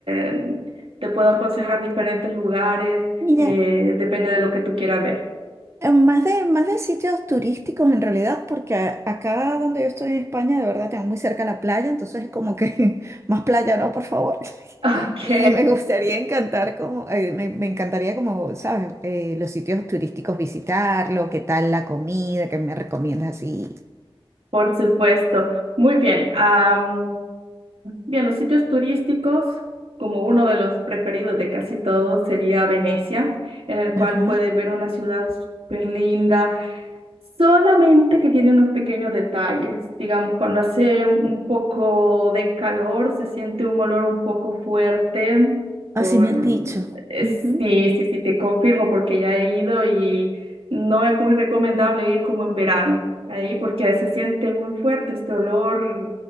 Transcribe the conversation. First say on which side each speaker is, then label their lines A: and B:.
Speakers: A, on the right; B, on the right.
A: em, te puedo aconsejar diferentes lugares,
B: Mira.
A: eh, depende de lo que tú quieras ver. <laughs>
B: Eh, Más de, más de sitios turísticos en realidad, porque a- acá donde yo estoy en España, de verdad, tengo muy cerca la playa, entonces es como que <laughs> más playa, no, por favor. <laughs>
A: Ok,
B: Y me gustaría encantar como, eh, me, me encantaría como, ¿sabes? Eh, los sitios turísticos visitarlo, qué tal la comida, qué me recomiendas así.
A: por supuesto. Muy bien. am, bien, los sitios turísticos, como uno de los preferidos de casi todos, sería Venecia, en el cual
B: Ajá.
A: puedes ver una ciudad súper linda Solamente que tiene unos pequeños detalles. Digamos, cuando hace un poco de calor, se siente un olor un poco fuerte.
B: Así
A: Por...
B: me han dicho.
A: es-
B: Ujú.
A: Sí, sí, sí, te confirmo porque ya he ido y no es muy recomendable ir como en verano ahí porque se siente muy fuerte este olor,